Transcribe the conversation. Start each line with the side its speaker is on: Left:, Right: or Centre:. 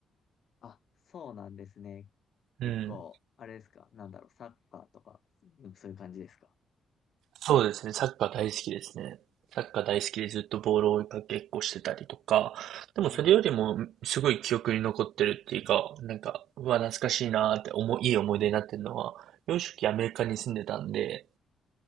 Left: あ、そうなんですね。結構、
Right: うん。
Left: あれですかなんだろう、サッカーとか、うんそういう感じですか
Right: そうですね。サッカー大好きですね。サッカー大好きでずっとボールを追いかけっこしてたりとか、でもそれよりもすごい記憶に残ってるっていうか、
Left: うん。
Right: なんか、うわ、懐かしいなーって思い、いい思い出になってるのは、幼少期アメリカに住んでたんで、